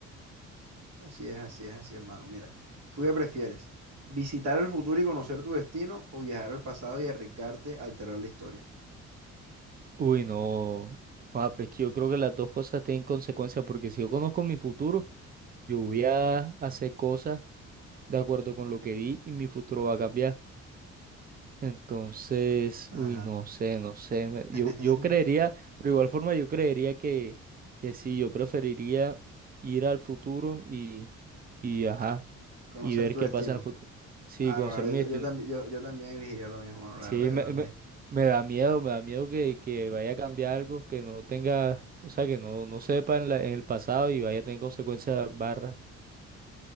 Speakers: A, on the right; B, on the right.
A: Así es, así es, así es, hermano. Mira, ¿tú qué prefieres? ¿Visitar el futuro y conocer tu destino o viajar al pasado y arriesgarte a alterar la historia?
B: Uy, no. Ah, pero es que yo creo que las dos cosas tienen consecuencias, porque si yo conozco mi futuro, yo voy a hacer cosas de acuerdo con lo que vi y mi futuro va a cambiar. Entonces,
A: Ajá.
B: uy, no sé, no sé. me-
A: <laughs>
B: Yo, yo creería, pero de igual forma yo creería que, que sí, yo preferiría ir al futuro y, y ajá,
A: Conocer
B: y ver
A: tu
B: qué
A: destino.
B: pasa en el futuro. Sí,
A: Claro,
B: conocer
A: claro,
B: mi
A: yo, ta-
B: destino.
A: yo también, yo, yo también elegiría lo mismo, mano. la
B: Sí,
A: verdad,
B: me,
A: yo también.
B: me, me da miedo, me da miedo que, que vaya a cambiar algo, que no tenga, o sea, que no, no sepa en la- en el pasado y vaya a tener consecuencias barras.